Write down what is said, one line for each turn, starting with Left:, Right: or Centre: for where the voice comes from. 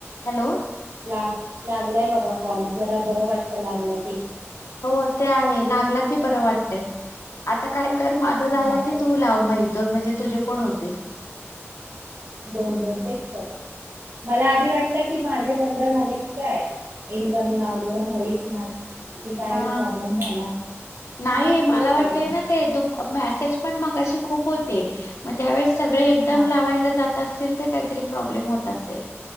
Left: Hello.
Right: ला लागलाय बाबा कॉल. जरा बरं वाटत लागला की.
Left: हो ते आहे लागला की बरं वाटतय. आता काय. कर माझा झाला
Right: नाहीतर
Left: की. तू लाव मग एक-दोन म्हणजे. तुझे पण होतील.
Right: हो-हो तेच तर, मला आधी वाटलं की माझे बंद झाले की काय. इनकमिंग आऊटगोइग होईच ना. कि काय
Left: हा
Right: प्रॉब्लेम झाला
Left: नाही मला
Right: तेच कळत
Left: वाटत
Right: नाही
Left: ना ते दुप मेसेज. पण मगाशी खूप होते. मग त्यावेेळेस सगळे एकदम
Right: हा
Left: लावायला जातास असतील तर काहीतरी प्रॉब्लेम होत असेल.